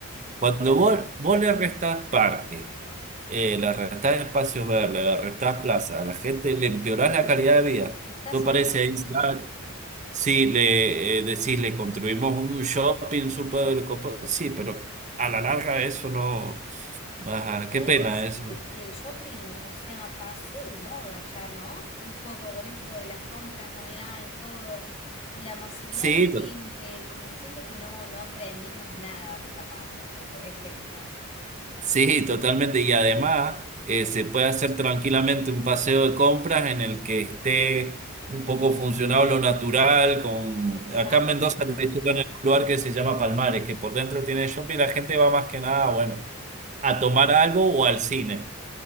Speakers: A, on the right (about 35°); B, on the left (about 25°).
A: Cuando vos, vos le restás parque, eh, le restás espacios verdes, le restás plaza, a la gente le empeorás la calidad de vida.
B: le está
A: Tú
B: sacando
A: parece ahí,
B: vida.
A: ah, sí, le eh, decís, le construimos un shopping súper copado. Sí, pero a la larga eso no. Ajá,
B: Y
A: qué
B: además
A: pena eso.
B: siento que el shopping, o sea, pasó de moda ya, ¿no? Un poco con esto de las compras online, todo, la masividad
A: Sí,
B: de gente, como que siento que no, no aprendimos nada de la pandemia, por ejemplo.
A: Sí, totalmente. Y además eh, se puede hacer tranquilamente un paseo de compras en el que esté un poco funcionado lo natural. Con...
B: Exacto,
A: Acá en Mendoza le hicieron en un lugar que se llama Palmares, que por dentro tiene shopping y la gente va más que nada, bueno, a tomar algo o al cine